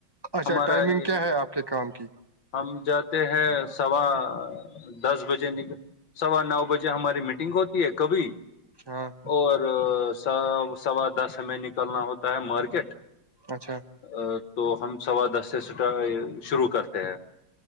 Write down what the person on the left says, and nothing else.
ہمارا
یہ
ہم جاتے ہیں سوا دس بجے نکل سوا نو بجے ہماری میٹنگ ہوتی ہے کبھی
اور س سوا دس میں نکلنا ہوتا ہے مارکیٹ
ا تو ہم سوا دس سےٹ شروع کرتے ہیں